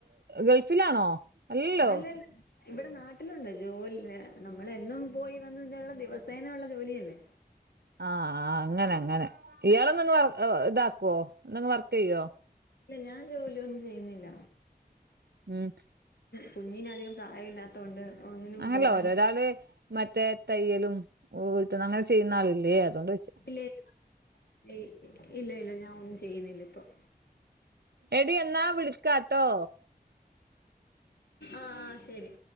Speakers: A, on the right; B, on the left.
A: ഗൾഫിലാണോ അല്ലല്ലോ
B: അല്ലല്ല ഇവിടെ നാട്ടിലുണ്ട് ജോലി നമ്മള് എന്നും പോയി വന്നിറ്റുള്ള ദിവസേന ഒള്ള ജോലിയില്ലേ
A: ആഹ് അങ്ങനങ്ങനെ ഇയാളന്തെങ്കും വർ ഇതാക്ക്വൊ ന്തെങ്കും വർക്കെയ്യ്വോ
B: ഇല്ല ഞാൻ ജോലിയൊന്നും ചെയ്യ്ന്നില്ല
A: ഉം
B: കുഞ്ഞിനധികം പ്രായവില്ലാത്തൊണ്ട് ഒന്നിനും
A: അങ്ങനല്ല
B: പോകാൻ
A: ഓരോരാള് മറ്റേ തയ്യലും <unintelligible> അങ്ങനെ ചെയ്യ്ന്ന ആളില്ലേ അതൊണ്ടോയ്ച്ചെ
B: ഇല്ലയില്ല ഇല്ലയില്ല ഞാൻ ഒന്നും ചെയ്യ്ന്നില്ല ഇപ്പം
A: എടി എന്നാ വിളിക്കാട്ടോ
B: ആഹ് ശരി